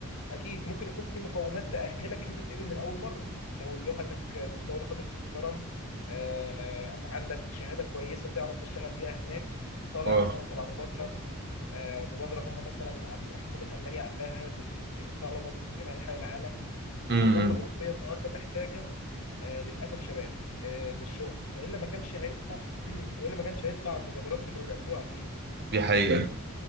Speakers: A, on the left; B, on the right.
A: اكيد ممكن يكون في مقومات تاهلك ان انت تتقبل من اول مره لو لغتك مستوى لغتك محترم آه، عندك شهاده كويسه تعرف تشتغل بيها هناك طالع
B: اه
A: مثلا تبع مبادره آه، مبادره هم مثلا عم- حكومه المانيا عاملاها لل- للطلبه من جميع انحاء العالم كل
B: امم
A: دوله اوروبيه النهارده محتاجه آه، للاسف شباب آه، للشغل والا ما كانش هيطلع <clears throat> والا ما كانش هيطلع المبادرات اللي كانوا بيعملوها اكيد
B: دي حقيقة